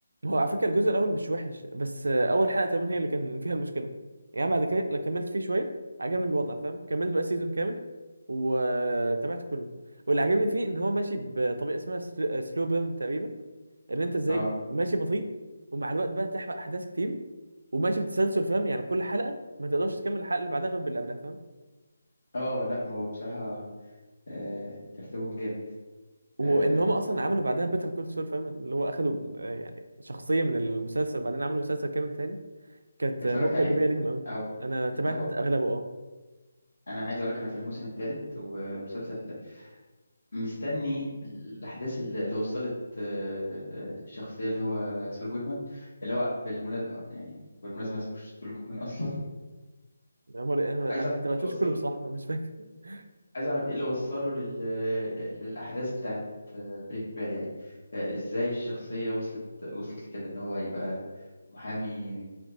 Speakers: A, on the right (about 75°); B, on the left (about 75°).
A: هو على فكرة الجزء الأول مش وحش بس آه، أول حلقة تمام هي اللي كان فيها المشكلة يعني بعد كده لما كملت فيه شوية عجبني الوضع فاهم كملت بقى سيزون كامل وتابعت كله واللي عجبني فيه إن هو ماشي بطريقة اسمها سلو بيرن تقريبا إن أنت إزاي
B: اه
A: ماشي بطيء ومع الوقت بقى تحرق أحداث كتير وماشي بتسلسل فاهم يعني كل حلقة ما تقدرش تكمل الحلقة اللي بعدها غير باللي قبلها فاهم
B: اه لا هو بصراحه آه، ترتيبهم جامد
A: وإن
B: آه،
A: هم أصلا عملوا بعدها بيتر كول سول فاهم اللي هو أخدوا آه، يعني شخصية من المسلسل وبعدين عملوا مسلسل كامل تاني كانت
B: اتفرجت
A: نقطة
B: عليه
A: إيجابية ليهم أوي
B: او
A: أنا تابعت
B: بتتابعه
A: أغلبه أه
B: انا عايز اقول لك انا في الموسم الثالث ومسلسل مستني الاحداث اللي اللي وصلت آه، الشخصيه اللي هو سول جودمان اللي هو بالمناسبه يعني بالمناسبه اسمه مش سول جودمان اصلا
A: أنا مر-
B: <laughs>
A: أنا-
B: عايز
A: أنا
B: اعرف
A: ما تابعتوش
B: ايه اللي وصله
A: كله بصراحة مش فاكر <laughs>
B: عايز اعرف ايه اللي وصله لل... لل- للاحداث بتاعت آه، بريكنج باد يعني آه، ازاي الشخصيه وصلت وصلت لكده ان هو يبقى محامي